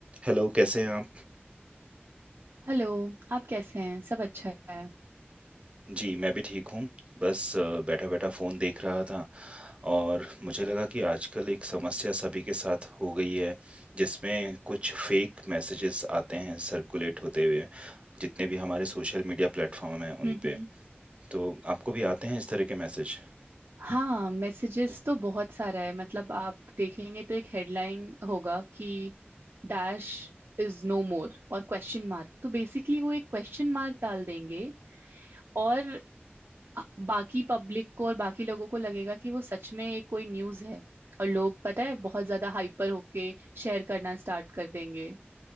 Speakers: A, on the right; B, on the right.
A: Hello, कैसे हैं आप?
B: Hello आप कैसे हैं सब अच्छा है
A: जी, मैं भी ठीक हूँ। बस बैठा-बैठा फ़ोन देख रहा था और मुझे लगा कि आजकल एक समस्या सभी के साथ हो गई है, जिसमें कुछ फ़ेक मैसेजेस आते हैं सर्कुलेट होते हुए, जितने भी हमारे सोशल मीडिया प्लेटफ़ॉर्म हैं
B: हम्म
A: उन पे।
B: हम्म
A: तो आपको भी आते हैं इस तरह के मैसेज?
B: हाँ मैसेजेस तो बहुत सारा है मतलब आप देखेंगे तो एक हेडलाइन होगा कि डैश इज नो मोर और क्वेश्चन मार्क तो बेसिकली वो एक क्वेश्चन मार्क डाल देंगे और अ- बाकी पब्लिक को और बाकी लोगों को लगेगा कि वो सच में एक कोई न्यूज़ है और लोग पता है बहुत ज्यादा हाइपर होके शेयर करना स्टार्ट कर देंगे